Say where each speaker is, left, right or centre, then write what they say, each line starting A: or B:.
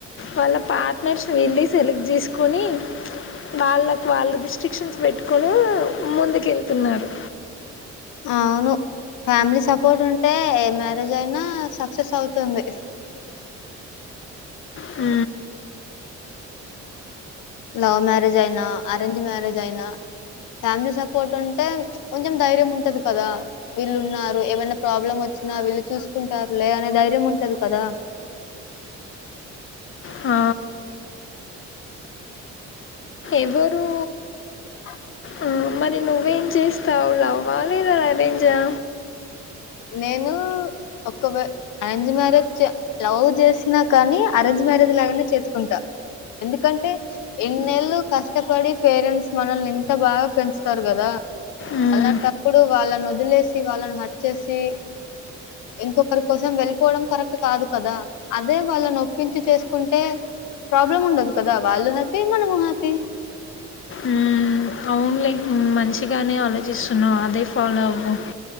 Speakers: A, on the left; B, on the left.
A: వాళ్ళ పార్ట్నర్స్ వెళ్ళి సెలెక్ట్ చేసుకొని వాళ్ళకు వాళ్ళు రిస్ట్రిక్షన్స్ పెట్టుకొని ముందుకు వెళ్తున్నారు
B: అవును ఫ్యామిలీ సపోర్ట్ ఉంటే మ హే మ్యారేజ్ అయినా సక్సెస్ అవుతుంది
A: హ
B: లవ్ మ్యారేజ్ అయినా అరేంజ్ మ్యారేజ్ అయినా ఫ్యామిలీ సపోర్ట్ ఉంటే కొంచెం ధైర్యం ఉంటది కదా వీళ్ళు ఉన్నారు ఏమైనా ప్రాబ్లమ్ వ వచి నా వీళ్ళు చూసుకుంటారులే అనే ధైర్యం ఉంటది కదా
A: ఆ ఎవరు
B: ఆ
A: ఆ మరి నువ్వేం చేస్తావు లవ లేదా ఎరేంజ్ అ
B: నేను ఒక అరేంజ్ మ్యారేజ్ లవ్ చేసినా కానీ అరేంజ్ మ్యారేజ్ లాగానే చేసుకుంటా ఎందుకంటే ఎన్నెలలు కష్టపడి పేరెంట్స్ మనల్ని ఇంత బాగా పెంచుతారు కదా
A: మ్మ్,
B: అల్లాంటప్పుడు వాళ్ళను వదిలేసి వాళ్ళని హట్ చేసి ఇంకొకరి కోసం వెళ్ళిపోవడం కరెక్ట్ కాదు కదా అదే వాళ్ళని ఒప్పించి చేసుకుంటే ప్రాబ్లం ఉండదు కదా వాళ్ళు హ్యాపీ మనము హ్యాపీ
A: ఉమ్మ్ అవును లె మంచిగానే ఆలోచిస్తున్నావు అదే ఫాలో అవు